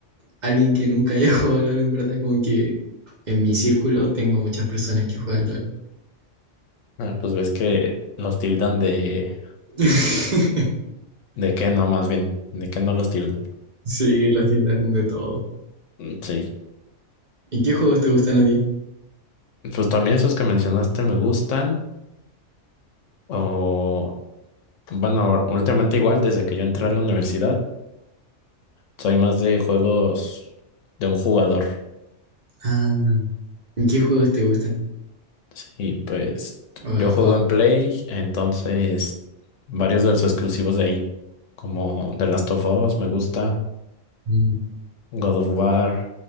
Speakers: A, on the right; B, on the left.
A: alguien que nunca <laughs> haya jugado LOL, en verdad, como que en mi círculo tengo muchas personas que juegan LOL.
B: Ah, pues ves que los tildan de...
A: <laughs>
B: ¿De qué no, más bien? ¿De qué no los tildan?
A: Sí, las tiendas de todo.
B: Mm, Sí.
A: ¿Y qué juegos te gustan a ti?
B: Pues también esos que mencionaste me gustan. O... Bueno, últimamente igual desde que yo entré a la universidad. Soy más de juegos de un jugador.
A: Ah, ¿y qué juegos te gustan?
B: Sí, pues
A: ¿O has
B: yo juego
A: jugado?
B: en Play, entonces varios de los exclusivos de ahí, como The Last of Us, me gusta,
A: Mm.
B: God of War,